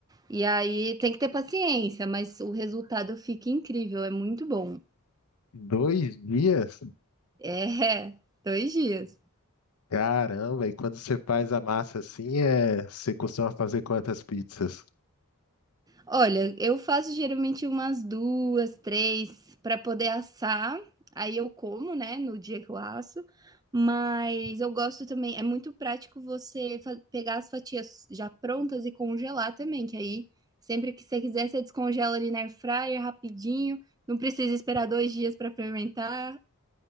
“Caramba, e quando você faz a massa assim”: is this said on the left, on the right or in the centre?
Left